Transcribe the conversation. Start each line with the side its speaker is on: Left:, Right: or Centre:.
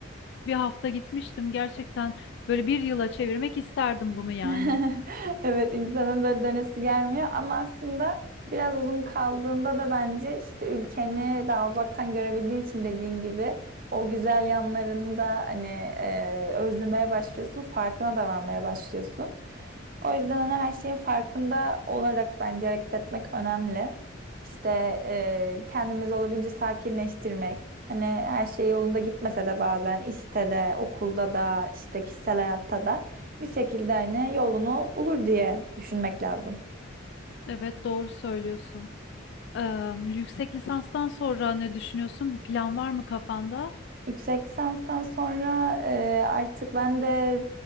Left: Bir hafta gitmiştim. Gerçekten böyle bir yıla çevirmek isterdim bunu yani.
Right: <laughs> Evet insanın böyle dönesi gelmiyor ama aslında biraz uzun kaldığında da bence işte ülkeni daha uzaktan görebildiğin için dediğin gibi o güzel yanlarını da hani e, özlemeye başlıyorsun, farkına da varmaya başlıyorsun. O yüzden hani her şeyin farkında olarak bence hareket etmek önemli. İşte e, kendimizi olabildiğince sakinleştirmek. Hani her şey yolunda gitmese de bazen işte de, okulda da, işte kişisel hayatta da bir şekilde hani yolunu bulur diye düşünmek lazım.
Left: Evet, doğru söylüyorsun. Eee, yüksek lisanstan sonra ne düşünüyorsun? Bir plan var mı kafanda?
Right: Yüksek lisanstan sonra e, artık ben de